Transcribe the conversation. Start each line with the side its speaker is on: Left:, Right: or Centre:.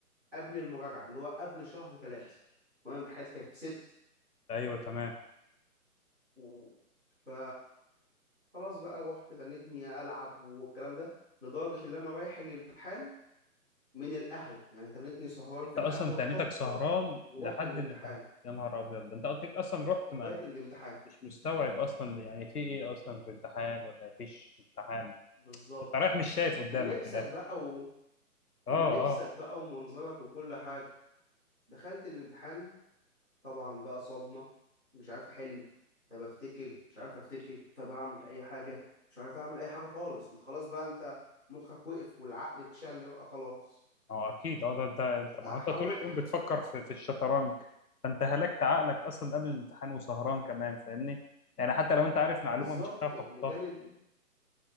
Centre: قبل المراجعة اللي هو قبل شهر ثلاثة وأنا امتحاناتي كانت في ست
Left: ايوه تمام
Centre: و... ف خلاص بقى رحت تنتني ألعب والكلام ده لدرجة إن أنا رايح الامتحان من القهوة يعني تنتني سهران
Left: انت
Centre: في القهوة
Left: اصلا تانيتك
Centre: نطبق
Left: سهران
Centre: ورحت
Left: لحد
Centre: الامتحان
Left: الامتحان يا نهار ابيض ده انت قلتلك اصلا رحت
Centre: لغاية
Left: ما
Centre: الامتحان
Left: مش مستوعب اصلا يعني في ايه اصلا في امتحان
Centre: اه
Left: ولا فيش امتحان
Centre: بالظبط
Left: انت رايح مش شايف قدامك
Centre: ولبسك
Left: من الاخر
Centre: بقى و...
Left: اه
Centre: ولبسك
Left: آه.
Centre: بقى ومنظرك وكل حاجة دخلت الامتحان طبعا بقى صدمة مش عارف أحل طب أفتكر مش عارف أفتكر طب أعمل أي حاجة مش عارف أعمل أي حاجة خالص أنت خلاص بقى أنت مخك وقف والعقل اتشل بقى خلاص
Left: اه اكيد اه ده انت انت ما
Centre: أحاول
Left: هو انت طول اليوم بتفكر في في الشطرنج فانت هلكت عقلك اصلا قبل الامتحان وسهران كمان فاهمني يعني حتى لو انت عارف معلومه
Centre: بالظبط
Left: مش هتعرف
Centre: بجانب
Left: تحطها